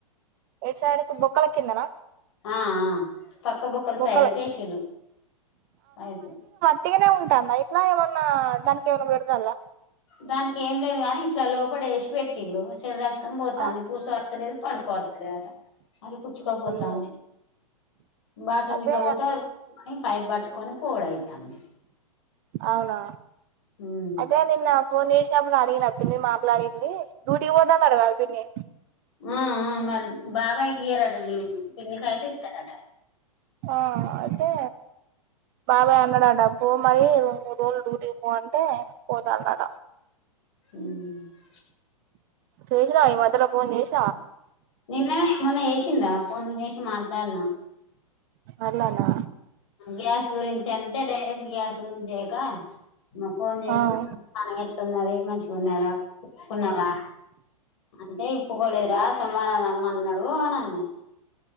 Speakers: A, on the right; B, on the left.
A: ఎటు సైడ్ కు బొక్కల కిందనా,
B: ఆ పక్క బొక్కల
A: బొక్కలే
B: సైడ్ కి ఎసిరు పైపు,
A: వుట్టిగనే ఉంటుందా ఇట్ల ఏమన్నా దానికి ఏమైన్న పెడతాను రా,
B: దానికి ఏం లేదు గాని ఇట్లా లోపడ వేసి పెటి, ల్లు చెడురక్తం పోతుంది
A: ఆ
B: కూర్సోస్తలేదు పడుకోస్తలేదు అట అది కుచుకోపోతుంది
A: అయ్యో
B: బాత్రూమ్
A: అయితే
B: ఇట్లా పోతే, ఇ పైపు పట్టుకొని పోవుడు అయేతాది,
A: అవునా
B: ఉమ్
A: అయితే నిన్న ఫోన్, సినప్పుడు అడిగిన పిన్ని మాట్లాడింది డ్యూటీకి పోతుంది ఆటగా పిన్ని,
B: ఆ మరి బాబాయ్ కి ఇయరాట లీవు పిన్నికి అయితే ఇస్తారట,
A: ఆ అయితే బాబాయ్ అన్నాడా పోమరి రెండు మూడు రోజులు డ్యూటీకి పో అంటే పోతందట,
B: ఉమ్
A: చేసినవా ఈ మధ్యలో ఫోన్ చేసి,
B: నిన్న మొన్న చేసినార ఫోన్ చేసి మాట్లాడినా,
A: ఆలనా,
B: గ్యాస్ గురించి అంటే డైరెక్ట్ గ్యాస్ గురించి, చేయక మా ఫోన్ చేసి
A: ఆ
B: పానం ఎట్లున్నది మంచిగా ఉన్నదా కున్నావా, అంటే ఇప్పుకోలేదురా సోమారం రమ్మన్నాడు అని అన్నది,